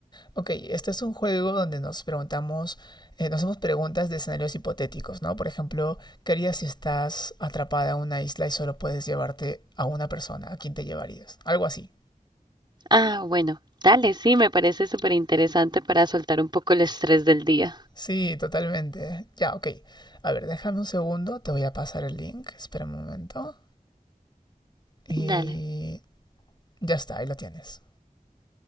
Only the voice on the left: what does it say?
Ok, este es un juego donde nos preguntamos, eh, nos hacemos preguntas de escenarios hipotéticos, ¿no? Por ejemplo, ¿qué harías si estás atrapada en una isla y solo puedes llevarte a una persona? ¿A quién te llevarías? Algo así.
Sí, totalmente. Ya, ok. A ver, déjame un segundo, te voy a pasar el link, espera un momento. Y
ya está, ahí lo tienes.